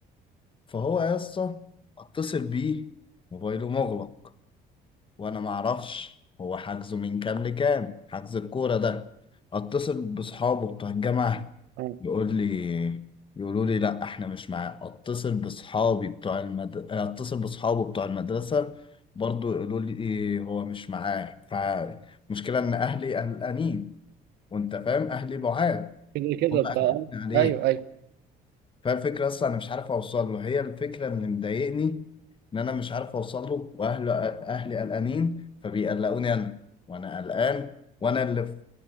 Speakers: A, on the left; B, on the right.
A: فهو يا اسطى اتصل بيه موبايله مغلق وانا ما اعرفش هو حجزه من كام لكام حجز الكوره ده اتصل بصحابه بتوع الجامعه
B: آه.
A: يقول لي يقولوا لي لا احنا مش معاه اتصل باصحابي بتوع المد... اتصل باصحابه بتوع المدرسه برضو يقولوا لي إيه هو مش معاه فمشكله ان اهلي قلقانين وانت فاهم اهلي بعاد
B: كده كده
A: هم قلقانين
B: بتاع
A: عليه
B: ايوه ايوه
A: فالفكره اصلا انا مش عارف اوصل له هي الفكره اللي مضايقني ان انا مش عارف اوصل له واهله اهلي قلقانين فبيقلقوني انا وانا قلقان وانا اللي